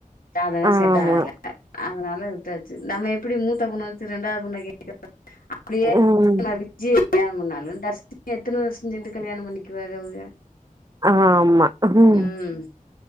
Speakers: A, on the left; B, on the right.
A: ஜாதக
B: ஆமா
A: செட் ஆகல அதனால நம்ம எப்படி மூத்த பொண்ணு வச்ச ரெண்டாவது பொண்ண கேக்க <unintelligible> அப்டியே
B: ம்
A: <unintelligible> கல்யாண பண்ணாலு டஸ்ட் எத்தனை வருஷம் சென்று கல்யாண பண்ணிக்குவா அவுக
B: ஆமா உஹம்
A: ம்